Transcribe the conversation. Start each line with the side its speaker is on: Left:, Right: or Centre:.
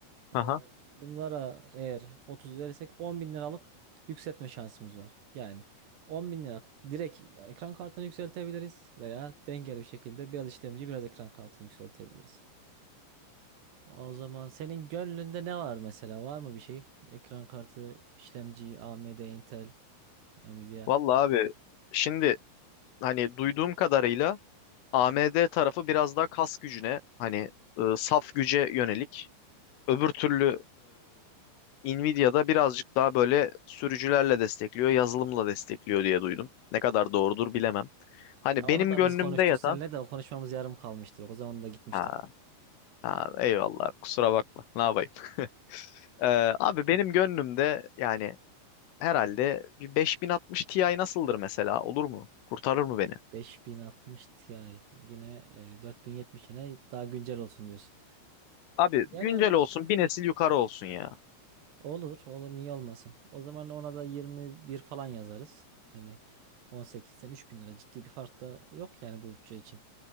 Left: Aha.
Right: Ee, Bunlara eğer 30 verirsek 10 bin liralık yükseltme şansımız var. Yani 10 bin lira direkt ekran kartını yükseltebiliriz veya dengeli bir şekilde biraz işlemci biraz ekran kartını yükseltebiliriz. O zaman senin gönlünde ne var mesela? Var mı bir şey? Ekran kartı, işlemci, AMD, Intel, Nvidia.
Left: Vallahi abi şimdi hani duyduğum kadarıyla AMD tarafı biraz daha kas gücüne hani e, saf güce yönelik Öbür türlü e, Nvidia'da birazcık daha böyle sürücülerle destekliyor, yazılımla destekliyor diye duydum. Ne kadar doğrudur bilemem. Hani
Right: Ya
Left: benim
Right: onu da
Left: gönlümde
Right: biz konuştuk
Left: yatan
Right: seninle de o konuşmamız yarım kalmıştı. O zaman da gitmiştin.
Left: ha, ha, eyvallah abi, kusura bakma ne yapayım. <laughs> Ee, abi benim gönlümde yani herhalde bir 5060 Ti nasıldır mesela olur mu? Kurtarır mı beni?
Right: 5060 Ti yine e, 4070'ine daha güncel olsun diyorsun.
Left: Abi
Right: Yani
Left: güncel olsun bir nesil yukarı olsun ya.
Right: olur olur niye olmasın. O zaman ona da 21 falan yazarız. Yani 18'den 3000 lira ciddi bir fark da yok yani bu bütçe için.